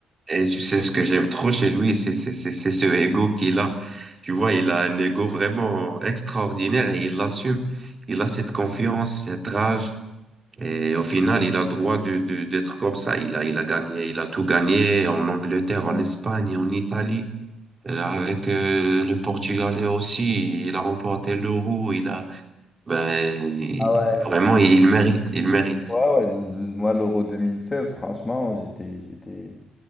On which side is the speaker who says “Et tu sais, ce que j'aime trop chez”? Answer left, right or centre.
Right